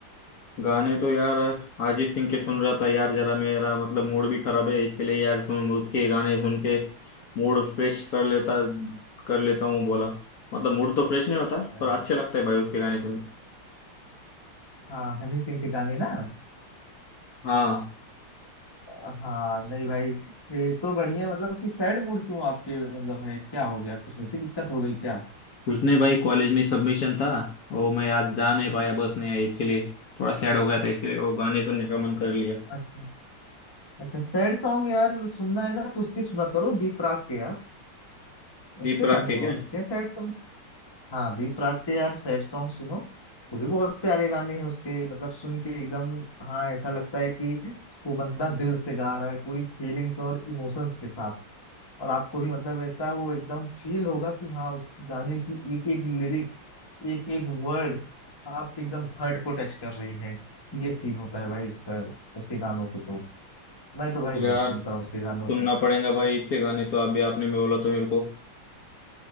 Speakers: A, on the left; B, on the left.
A: गाने तो यार अरिजीत सिंह के सुन रहा था यार जरा मेरा मतलब मूड भी खराब है इसके लिए यार सुन उसके गाने सुन के मूड फ्रेश कर लेता कर लेता हूँ बोला मतलब मूड तो फ्रेश नहीं होता
B: अरे
A: पर अच्छे लगता है भाई उसके गाने सुन के
B: हाँ हनी सिंह के गाने ना
A: हाँ
B: हाँ नहीं भाई ये तो बढ़िया है, मतलब कि सैड मूड क्यों आपके मतलब है क्या हो गया कुछ ऐसी दिक्कत हो गई क्या
A: कुछ नहीं भाई कॉलेज में सबमिशन था वो मैं आज जा नहीं पाया बस नहीं आई इसके लिए थोड़ा सैड हो गया था इसके लिए वो गाने सुनने का मन कर लिया
B: अच्छा अच्छा सैड सॉन्ग यार सुनना है ना तो उसके सुना करो बी प्राक के यार
A: दीप
B: उसके गाने
A: रख के
B: बहुत
A: क्या
B: अच्छे हैं सैड हाँ बी प्राक के यार सैड सॉन्ग सुनो वो भी बहुत प्यारे गाने हैं उसके मतलब सुन के एकदम हाँ ऐसा लगता है कि वो बंदा दिल से गा रहा है पूरी फीलिंग्स और इमोशंस के साथ और आपको भी मतलब ऐसा वो एकदम फील होगा कि हाँ उस गाने की एक एक लिरिक्स एक एक वर्ड्स आप एकदम हर्ट को टच कर रही हैं ये सीन होता है भाई उसका उसके गानों को तो मैं तो भाई बहुत
A: यार
B: सुनता हूँ उसके गानों
A: सुनना
B: को
A: पड़ेगा भाई इसके गाने तो अभी आपने में बोला तो मेरे को